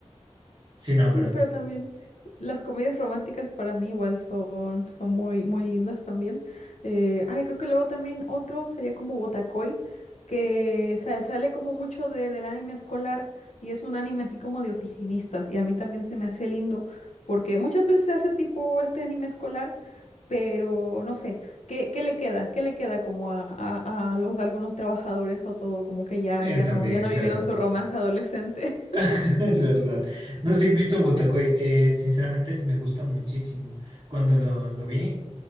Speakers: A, on the right; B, on the left.
A: sin
B: Sí,
A: ópera.
B: pero también las comedias románticas para mí igual son, son muy, muy lindas también. Eh, ay, creo que luego también otro sería como Botacoy, que sa- sale como mucho de, del anime escolar y es un anime así como de oficinistas y a mí también se me hace lindo porque muchas veces se hace tipo este anime escolar, pero no sé, ¿qué, qué le queda? ¿Qué le queda como a, a, a los, algunos trabajadores o todo? Como que ya,
A: Eh,
B: ya
A: también
B: no, ya
A: es
B: no vivieron
A: verdad,
B: su romance adolescente. <laughs>
A: <laughs> es verdad. No sí he visto Botacoy, eh, sinceramente me gusta muchísimo. Cuando lo, lo vi,